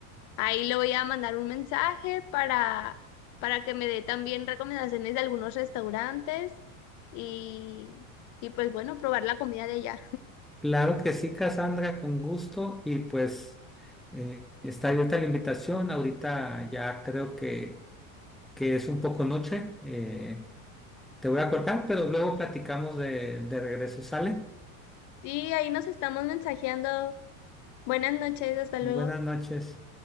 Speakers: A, on the left; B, in the centre.
A: Ahí le voy a mandar un mensaje para, para que me dé también recomendaciones de algunos restaurantes y, y pues bueno, probar la comida de allá.
B: Claro que sí, Cassandra, con gusto y pues eh, está abierta la invitación. Ahorita ya creo que, que es un poco noche. eh, Te voy a cortar, pero luego platicamos de, de regreso. ¿Sale?
A: Y ahí nos estamos mensajeando. Buenas noches, hasta
B: Buenas
A: luego.
B: noches.